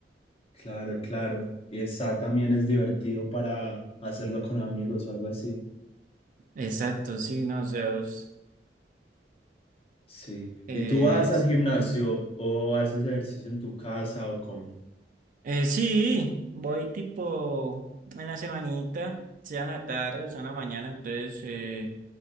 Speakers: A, on the left (about 35°); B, on the right (about 50°).
A: Claro, claro. Y está también es divertido para hacerlo con amigos o algo así.
B: Exacto, sí, no, o sea, es,
A: Sí.
B: es-
A: ¿Y tú vas al gimnasio o haces ejercicio en tu casa o cómo?
B: eh, sí, voy tipo en la semanita, sea en la tarde o sea en la mañana, entonces eh,